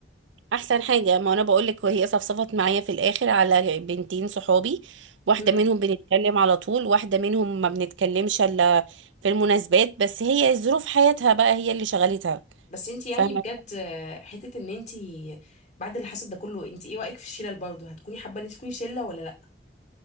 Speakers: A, on the right; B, on the left.
A: أحسن حاجة ما أنا بقولك وهي صفصفت معايا في الآخر على بنتين صحابي واحدة
B: مم.
A: منهم بنتكلم على طول واحدة منهم ما بنتكلمش إلا في المناسبات بس هي ظروف حياتها بقى هي اللي شغلتها
B: بس انت يعني
A: فاهمة
B: بجد آه، حتة ان انت بعد اللي حصل ده كله انت ايه رأيك في الشلل برضه هتكوني حابة ان انت تكوني شلة ولا لا